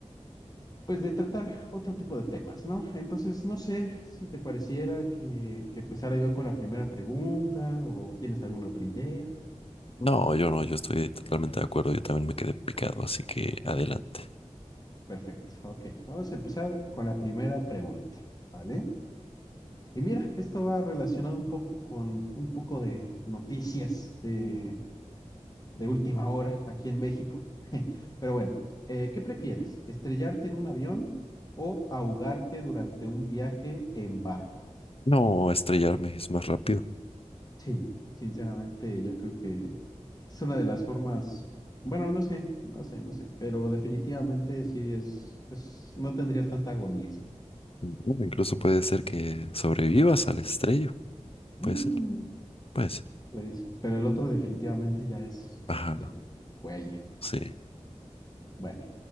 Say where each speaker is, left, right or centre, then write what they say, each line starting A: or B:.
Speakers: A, on the left (about 30°); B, on the left (about 50°).
A: pues de tratar otro tipo de temas, ¿no? Entonces, no sé si te pareciera que, que empezara yo con la primera pregunta o tienes alguna otra idea.
B: No, yo no, yo estoy totalmente de acuerdo. Yo también me quedé picado, así que adelante.
A: Perfecto, ok. Vamos a empezar con la primera pregunta, ¿vale? Y mira, esto va relacionado un poco con un poco de noticias de, de última hora aquí en México. <laughs> Pero bueno, eh, ¿qué prefieres? ¿Estrellarte en un avión o ahogarte durante un viaje en barco?
B: No estrellarme es más rápido.
A: Sí, sinceramente yo creo que es una de las formas, bueno, no sé, no sé, no sé, pero definitivamente sí es, es, no tendrías tanta agonía.
B: Bueno, incluso puede ser que sobrevivas al estrello.
A: Mm,
B: Puede ser, puede ser.
A: Pues, pero el otro definitivamente ya es,
B: Ajá,
A: ya, cuello.
B: sí.
A: Bueno,